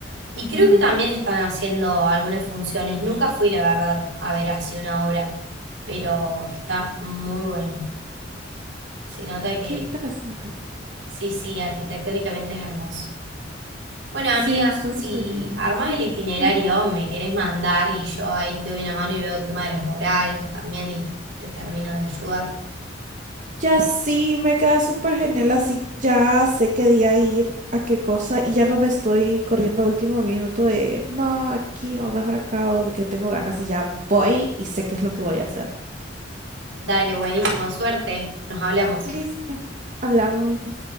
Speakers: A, on the right; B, on the right.
A: Y creo
B: Ujú.
A: que también están haciendo algunas funciones. Nunca fui, la verdad, a ver así una obra, pero está muy bueno. Se nota que
B: Qué interesante.
A: sí, sí, arquitectónicamente es hermoso. Bueno, amiga,
B: Sí, justo
A: si
B: lo estoy viendo.
A: armas el itinerario,
B: Ajá.
A: me querés mandar y yo ahí te doy una mano y veo el tema de los horarios también y te termino de ayudar.
B: Ya sí, me queda súper genial, así ya sé qué día ir, a qué cosa, y ya no me estoy corriendo a último minuto de no, aquí o mejor acá o de que tengo ganas y ya voy y sé qué es lo que voy a hacer.
A: Dale, buenísimo, suerte. Nos hablamos.
B: Listo. Hablamos.